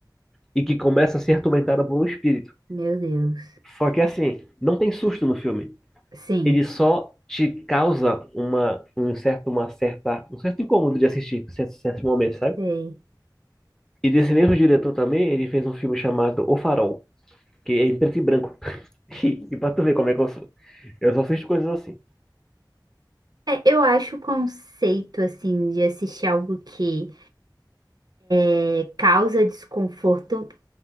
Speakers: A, in the centre; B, on the right.
A: e que começa a ser atormentada por um espírito.
B: meu Deus.
A: Só que assim, não tem susto no filme.
B: Sim,
A: ele só te causa uma, um certo, uma certa, um certo incômodo de assistir certos, certos momentos, sabe?
B: sei.
A: E desse mesmo diretor também, ele fez um filme chamado O Farol, que é em preto e branco. <laughs> E, e pra tu ver como é que eu sou. Eu só assisto coisas assim.
B: É, eu acho o conceito, assim, de assistir algo que é, causa desconforto,